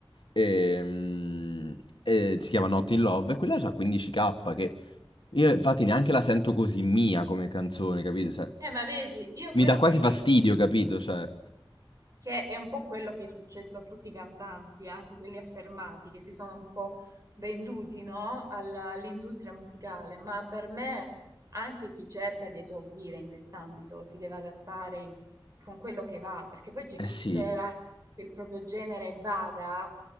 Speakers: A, on the left (about 65°); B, on the right (about 40°).
A: e, mm, e si chiama Not in Love, e quella ha 15k, che io infatti neanche la sento così mia come canzone, capito? Cioè,
B: eh, ma vedi, io
A: mi
B: quello
A: dà quasi
B: che penso...
A: fastidio, capito? Cioè,
B: Che è un po' quello che è successo a tutti i cantanti, anche quelli affermati, che si sono un po' venduti, no? alla- all'industria musicale, ma per me anche chi cerca di esordire in quest'ambito si deve adattare in- con quello che va, perché poi c'è
A: eh
B: chi
A: sì.
B: spera che il proprio genere vada,